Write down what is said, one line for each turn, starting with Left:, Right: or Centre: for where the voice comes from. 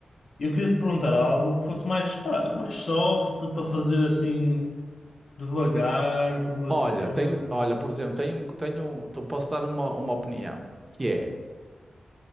Left: Eu queria te perguntar algo que fosse mais, pá, mais soft, para fazer assim, devagar, com o meu
Right: Olha,
Left: tempo.
Right: tenho, olha, por exemplo, tenho, um- tenho, um- tu- posso dar uma, uma opinião, que é,